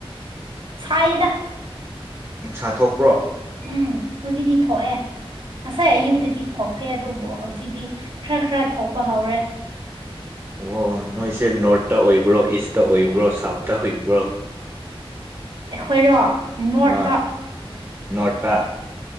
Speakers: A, on the right (about 60°); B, on the right (about 25°).
A: ꯁꯥꯏꯌꯦꯗ
B: ꯅꯨꯡꯁꯥ ꯊꯣꯛꯄ꯭ꯔꯣ
A: ꯎꯝ ꯍꯧꯖꯤꯛꯇꯤ ꯊꯣꯛꯑꯦ ꯉꯁꯥꯏ
B: ꯑꯣ
A: ꯑꯌꯨꯛꯇꯗꯤ ꯊꯣꯛꯇꯦ ꯑꯗꯨꯝ ꯣ ꯍꯧꯖꯤꯛꯇꯗꯤ ꯈꯔ ꯈꯔ ꯊꯣꯛꯄ ꯍꯧꯔꯦ
B: ꯑꯣ ꯅꯣꯏꯁꯦ ꯅꯣꯔꯠꯇ ꯑꯣꯏꯕ꯭ꯔꯣ ꯏꯁꯇ ꯑꯣꯏꯕ꯭ꯔꯣ ꯁꯥꯎꯠꯇ ꯍꯏꯕ꯭ꯔꯣ
A: ꯑꯦꯈꯣꯏꯔꯣ ꯅꯣꯇꯝ
B: ꯑꯥ ꯅꯣꯔꯠꯇ